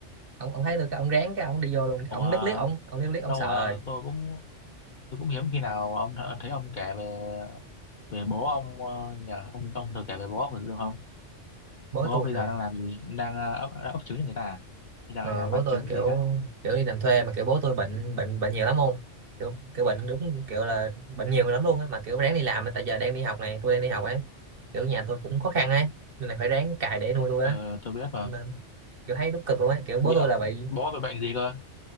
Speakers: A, on the right; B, on the left.
A: ông ông thấy được cái ông ráng cái ông đi vô luôn
B: ồ
A: ông
B: mà
A: liếc liếc ông ông liếc liếc
B: lâu
A: ông sợ
B: rồi
A: rồi
B: tôi cũng tôi cũng hiếm khi nào ông th- thấy ông kể về về bố ông ờ, nhờ ông ông thường kể về bố ông được không
A: bố
B: Bố
A: tôi
B: ông bây
A: hả
B: giờ đang làm gì? Đang ờ, ấp, đang ấp trứng cho người ta à? Bây giờ
A: ờ,
B: hay là bán
A: bố tôi
B: trứng
A: kiểu
B: gì đấy?
A: kiểu đi làm thuê mà kiểu bố tôi bệnh bệnh bệnh nhiều lắm không kiểu kiểu bệnh đúng kiểu là bệnh nhiều lắm luôn á mà kiểu ráng đi làm tại giờ đang đi học này tôi đang đi học ấy kiểu nhà tôi cũng khó khăn ấy nên là phải ráng cày để nuôi tôi
B: Ờ,
A: á
B: tôi biết mà.
A: nên kiểu thấy đúng cực luôn ấy kiểu bố
B: Bị
A: tôi là bị
B: bố bị bệnh gì cơ?